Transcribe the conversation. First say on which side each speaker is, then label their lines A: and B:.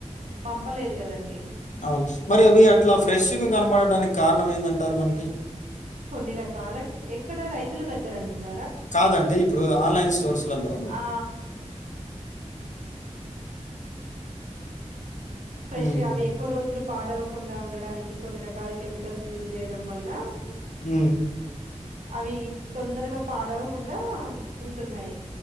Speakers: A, on the right; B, on the left.
A: పంపలేరు కదండి
B: అవును మరి అవి అట్లా ఫ్రెష్గా కనబడడానికి కారణం ఏందంటారు మనకి
A: కొన్ని రకాల ఎక్కడ రైతుల దగ్గరంటే క
B: కాదండి. ఇప్పుడు ఆన్‌లైన్ స్టోర్స్‌లలో
A: అ
B: హ్మ్.
A: చే అ ఎ పాడవకుండా ఉండడానికి కొన్ని రకాల కెమికల్స్ యూజ్ చేయడం వల్ల
B: ఉ
A: అవి తొందరగా పాడవకుండా ఉంటున్నాయి